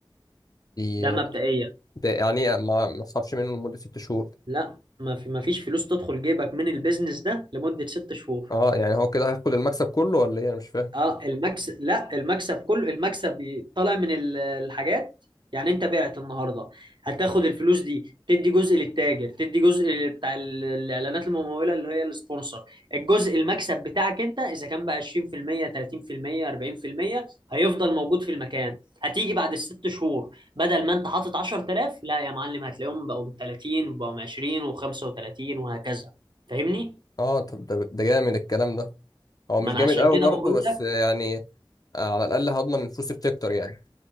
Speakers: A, on the left; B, on the right.
A: دي
B: ده مبدئيا
A: ده يعني إيه؟ ما ما صرفش منه لمدة ست شهور
B: لا ما في ما فيش فلوس تدخل جيبك من البيزنس ده لمدة ست شهور
A: اه يعني هو كده هياخد المكسب كله ولا ايه انا مش فاهم
B: اه المكسب لا المكسب كله المكسب بي- طالع من ال- الحاجات يعني انت بعت النهارده هتاخد الفلوس دي تدي جزء للتاجر تدي جزء ل- بتاع ال- الاعلانات الممولة اللي هي السبونسر الجزء المكسب بتاعك انت اذا كان بقى 20% 30% 40% هيفضل موجود في المكان هتيجي بعد الست شهور بدل ما انت حاطط 10000 لا يا معلم هتلاقيهم بقوا 30 وبقوا 20 و35 وهكذا فاهمني
A: اه طب ده ده جامد الكلام ده هو مش
B: ما انا
A: جامد
B: عشان
A: قوي
B: كده
A: برضه
B: بقول
A: بس يعني آه، على الاقل هضمن الفلوس بتكتر يعني